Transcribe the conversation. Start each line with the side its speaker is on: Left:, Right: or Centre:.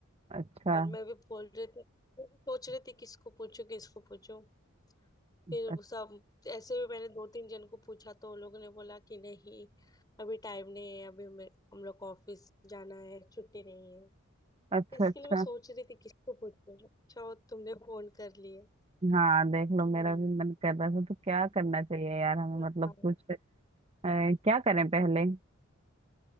Right: अच्छा
Left: और मैं भी बोल रही थी सोच रही थी किसको पूछूं किसको पूछूं फिर
Right: अ-
Left: वो सब ऐसे भी मैंने दो तीन जन को पूछा तो उन लोगों ने बोला कि नहीं अभी टाइम नहीं है अभी हमें- हम लोग को ऑफिस जाना है छुट्टी नहीं है
Right: अच्छा
Left: इसके
Right: अच्छा
Left: लिए मैं सोच रही थी किसको पूछूं अच्छा वो तुमने फोन कर लिए
Right: हाँ देख लो
Left: हम्म,
Right: मेरा भी मन कर रहा था तो क्या करना चाहिए यार हमें
Left: हाँ।
Right: मतलब कुछ अ, क्या करें पहले